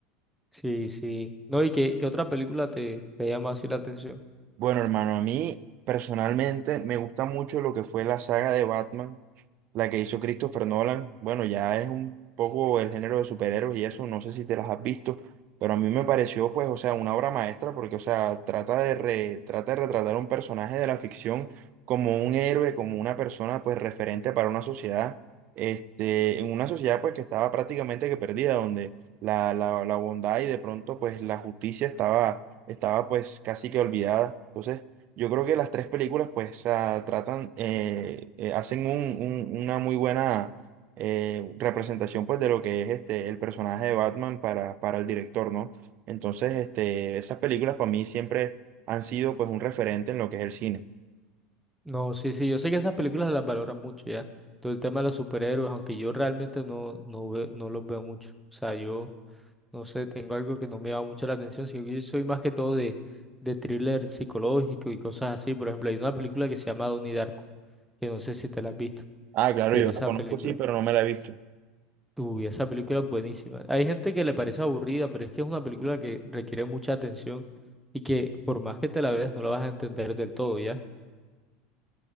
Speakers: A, in the centre; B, on the right.
A: Sí, sí. No, ¿y qué, qué otra película te, te llama así la atención?
B: Bueno, hermano, a mí personalmente me gusta mucho lo que fue la saga de Batman, la que hizo Christopher Nolan. Bueno, ya es un poco el género de superhéroes y eso, no sé si te las has visto, pero a mí me pareció, pues, o sea, una obra maestra porque, o sea, trata de re- trata de retratar un personaje de la ficción como un héroe, como una persona, pues, referente para una sociedad, este, en una sociedad, pues, que estaba prácticamente que perdida, donde la, la, la bondad y de pronto, pues, la justicia estaba estaba pues casi que olvidada. Entonces, yo creo que las tres películas pues ah, tratan, eh, eh, hacen un- un- una muy buena eh, representación pues de lo que es este, el personaje de Batman para, para el director, ¿no? Entonces, este, esas películas para mí siempre han sido pues un referente en lo que es el cine.
A: No, sí, sí, yo sé que esas películas las valoran mucho ya. Todo el tema de los superhéroes, aunque yo realmente no, no, ve- no los veo mucho. O sea, yo no sé, tengo algo que no me llama mucho la atención, sino que yo soy más que todo de, de thriller psicológico y cosas así. Por ejemplo, hay una película que se llama Donnie Darko, que no sé si te la has visto,
B: Ah, claro,
A: pero
B: yo
A: esa
B: la conozco,
A: película.
B: sí, pero no me la he visto.
A: Uy, esa película es buenísima. Hay gente que le parece aburrida, pero es que es una película que requiere mucha atención y que por más que te la veas no la vas a entender del todo, ¿ya?